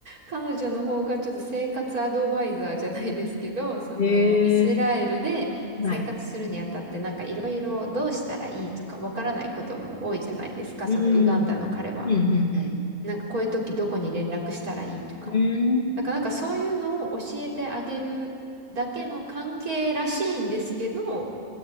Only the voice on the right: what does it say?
彼女の方がちょっと生活アドバイザーじゃないですけど、その、
イスラエルで生活するにあたって、
なんかいろいろどうしたらいいとかわからないことも多いじゃないですか、
そのウガンダの彼は。
なんかこういう時どこに連絡したらいいとか。
だからなんかそういうのを教えてあげるだけの関係らしいんですけど、